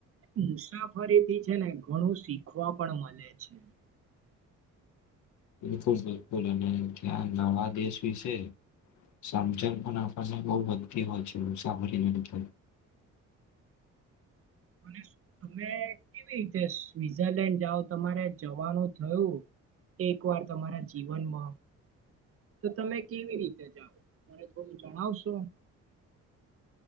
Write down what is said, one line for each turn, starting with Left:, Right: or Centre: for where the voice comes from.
Right: મુસાફરીથી છે ને ઘણું શીખવા પણ મળે છે.
Left: બિલકુલ બિલકુલ અને ત્યાં નવા દેશ વિશે સમજણ પણ આપણને બહ વધતી હોય છે મુસાફરીને લીધે
Right: મ <unintelligible> તમે કેવી રીતે સ્વિઝરલેન્ડ જાઓ તમારે જવાનું થયું એક વાર તમારા જીવનમાં? તો તમે કેવી રીતે જાવ, તને થોડું જણાવશો? <inaudible>